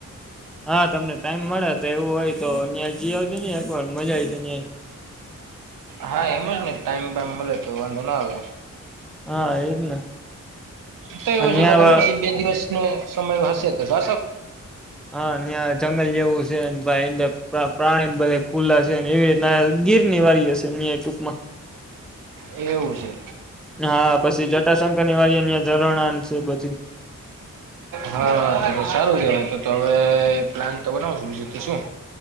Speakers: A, in the centre; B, on the right.
A: હા તમને ટાઈમ મળે તો એવું હોય તો અ્યાં જઈ આવજો નને એકવાર મજા આવી.
B: હા એમ જ ટાઈમ મળે તો વાંધો ના આવે.
A: હા એજ ને
B: તો એવું
A: ત્યાં
B: છે લગ્ન પછી બે દિવસ ન સમય હશે તો <unintelligible>
A: હા ત્યા જંગલ જેવું છે ભાઈ પ્રાણી બધા ખુલ્લા છેને એવી રીતે ના ગીર ની વારી હશે એ ટૂંકમાં.
B: એવું છે.
A: હા પછી જટાશંકર ની વારનીં ઝરણા છે બધી
B: હા તો તો સારું કેવાય તો હવે પ્લાન તો બનાવ છો બીજું તો શું.